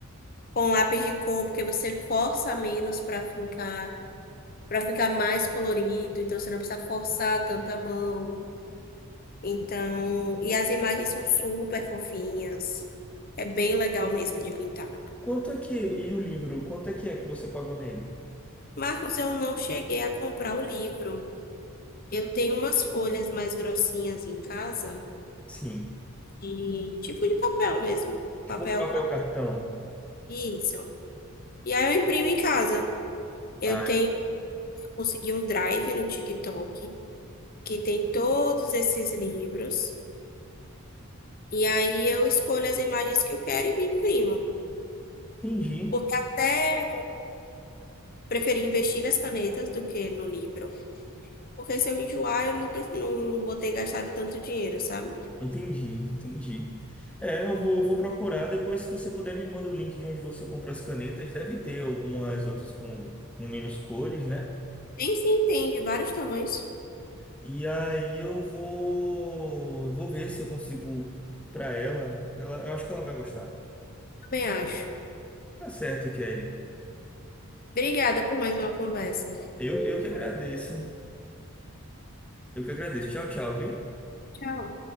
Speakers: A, on the left; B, in the centre.
A: com lápis de cor, porque você força menos para fincar, para ficar mais colorido, então você não precisa forçar tanta mão. Então, e as imagens são super fofinhas. É bem legal mesmo de pintar.
B: Quanto é que, e o livro, quanto é que é que você pagou nele?
A: Marcos, eu não cheguei a comprar o livro. Eu tenho umas folhas mais grossinhas em casa,
B: Sim,
A: de tipo de papel mesmo.
B: tipo
A: Papel
B: um papel
A: para
B: cartão.
A: isso. E aí eu imprimo em casa. Eu
B: Ah,
A: tenho, eu consegui um drive no TikTok que tem todos esses livros. E aí eu escolho as imagens que eu quero e imprimo.
B: Entendi,
A: Porque até preferi investir nas canetas do que no livro. Porque se eu enjoar, eu não, pre- não vou ter gastado tanto dinheiro, sabe?
B: entendi, entendi. É, eu vou, vou procurar. Depois, se você puder, me manda o link de onde você comprou as canetas. Deve ter algumas outras com, com menos cores, né?
A: Nem se entende vários tamanhos,
B: E aí eu vou, vou ver se eu consigo para ela. Ela- Eu acho que ela vai gostar.
A: também acho.
B: Tá certo, Kelly.
A: Obrigada por mais uma conversa.
B: Eu, eu que agradeço. Eu que agradeço. Tchau, tchau, viu?
A: Tchau.